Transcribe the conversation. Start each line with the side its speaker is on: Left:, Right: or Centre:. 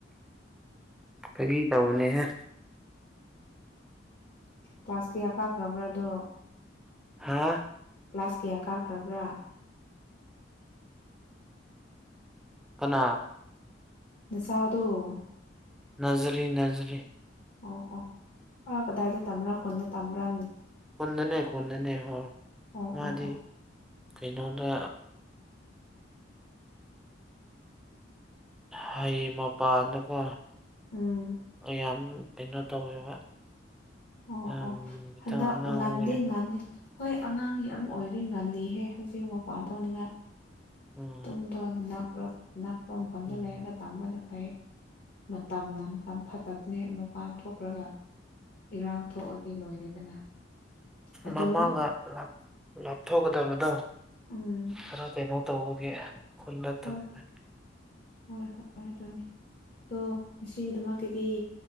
Centre: ꯐꯒꯤ ꯇꯧꯕꯅꯦꯍꯦ
Left: ꯀ꯭ꯂꯥꯁ ꯀꯌꯥ ꯀꯥꯈ꯭ꯔꯕ꯭ꯔꯥꯗꯣ
Centre: ꯍꯥꯥ
Left: ꯀ꯭ꯂꯥꯁ ꯀꯌꯥ ꯀꯥꯈ꯭ꯔꯕ꯭ꯔꯥ
Centre: ꯀꯅꯥ
Left: ꯅꯤꯁꯥꯗꯣ
Centre: ꯅꯖꯔꯤ ꯅꯖꯔꯤ
Left: ꯑꯣ ꯑꯣ ꯃꯥ ꯀꯗꯥꯏꯗ ꯇꯝꯕ꯭ꯔ ꯈꯨꯟꯗ ꯇꯝꯕ꯭ꯔ
Centre: ꯈꯨꯟꯗꯅꯦ ꯈꯨꯟꯗꯅꯦ ꯍꯣꯏ
Left: ꯑꯣ
Centre: ꯃꯥꯗꯤ
Left: ꯑꯣ ꯑꯣ
Centre: ꯀꯩꯅꯣꯗ ꯍꯩ ꯃꯄꯥꯟꯗꯀꯣ
Left: ꯎꯝ
Centre: ꯌꯥꯝ ꯀꯩꯅꯣ ꯇꯧꯋꯦꯕ
Left: ꯑꯣ
Centre: ꯌꯥꯝ
Left: ꯑꯣ
Centre: ꯈꯤꯇꯪ
Left: ꯍꯟꯗꯛ
Centre: ꯑꯉꯥꯡ
Left: ꯉꯟꯗꯤ
Centre: ꯑꯣꯏꯔꯦꯕ
Left: ꯉꯟꯂꯤ ꯍꯣꯏ ꯑꯉꯥꯡꯒꯤ ꯑꯃ ꯑꯣꯏꯗꯤ ꯉꯜꯂꯤꯍꯦ ꯍꯧꯖꯤꯛ ꯃꯄꯥꯟ ꯊꯣꯛꯅꯤꯡꯉꯥꯏ
Centre: ꯎꯝ
Left: ꯇꯨꯝꯗꯣ ꯅꯛꯔ ꯅꯛꯄ ꯃꯐꯝꯗ
Centre: ꯎꯝ
Left: ꯂꯩꯔꯒ ꯇꯝꯕꯅ ꯐꯩ ꯃꯇꯝꯅ ꯃꯇꯝ ꯐꯠꯇꯕꯅꯦ ꯃꯄꯥꯟ ꯊꯣꯛꯈ꯭ꯔꯒ ꯏꯔꯥꯡ ꯊꯣꯛꯑꯗꯤ ꯂꯣꯏꯔꯦꯗꯅ ꯑꯗꯣ
Centre: ꯃꯃꯥꯒ ꯂꯥꯞꯊꯣꯛꯀꯗꯕꯗꯣ
Left: ꯎꯝ
Centre: ꯈꯔ ꯀꯩꯅꯣ ꯇꯧꯕꯒꯤ ꯈꯨꯟꯗ ꯊꯝꯃꯦ
Left: ꯍꯣꯏ ꯍꯣꯏ ꯍꯣꯏ ꯍꯣꯏ ꯑꯗꯨꯅꯤ ꯑꯗꯣ ꯉꯁꯤꯒꯤꯗꯃꯛꯀꯤꯗꯤ